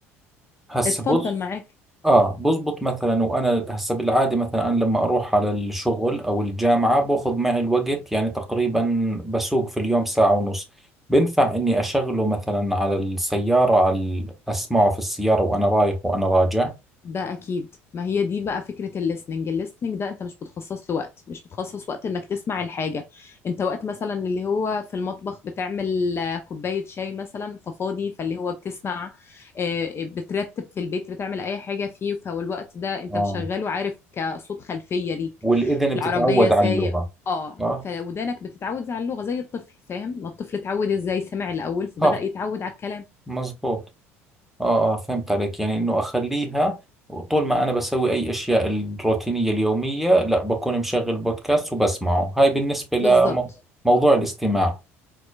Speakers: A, in the centre; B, on the left.
A: هسه
B: اتفضل
A: بص
B: معاك
A: اه بزبط مثلا وانا هسه بالعاده مثلا انا لما اروح على الشغل او الجامعه باخذ معي الوقت يعني تقريبا بسوق في اليوم ساعه ونص بنفع اني اشغله مثلا على السياره على ال- اسمعه في السياره وانا رايح وانا راجع
B: ده اكيد ما هي دي بقى فكره الليسننج الليسننج ده انت مش بتخصص له وقت مش بتخصص وقت انك تسمع الحاجه انت وقت مثلا اللي هو في المطبخ بتعمل آه، كوبايه شاي مثلا ففاضي فاللي هو بتسمع آه، بترتب في البيت بتعمل اي حاجه فيه فهو الوقت ده انت
A: اه
B: مشغله عارف كصوت خلفيه ليك
A: والاذن
B: في
A: بتتعود
B: العربيه سايق
A: على اللغه
B: اه
A: صح
B: فودانك بتتعود على اللغه زي الطفل فاهم ما الطفل اتعود ازاي سمع الاول فبدا
A: صح
B: يتعود على الكلام
A: مزبوط اه اه فهمت عليك يعني انه اخليها طول ما انا بسوي اي اشياء الروتينيه اليوميه لا بكون مشغل بودكاست وبسمعه هاي بالنسبه لموضوع
B: بالظبط
A: الاستماع